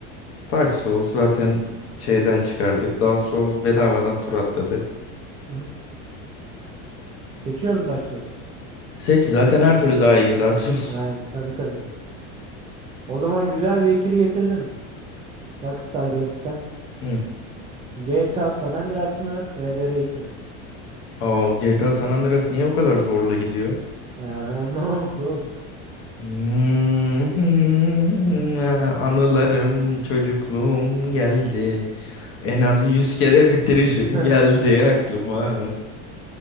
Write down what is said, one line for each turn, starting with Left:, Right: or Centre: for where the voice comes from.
Left: Dark Souls zaten şeyden çıkardık. Dark Souls bedavadan tur atladı.
Right: Hı hı. Seçiyorum Dark Souls'u.
Left: Seç zaten her türlü daha iyi Dark Souls.
Right: Aynen tabii tabii. O zaman güzel bir ikili getirdim. Rockstar Games'ten.
Left: Hı.
Right: GTA San Andreas mı? RDR2 mi?
Left: Aa, GTA San Andreas niye o kadar zorla gidiyor?
Right: Ya ben anlamam ki dost.
Left: Hmm, <laughs> anılarım, çocukluğum geldi. En az yüz kere bitirişim
Right: <laughs>
Left: geldi aklıma.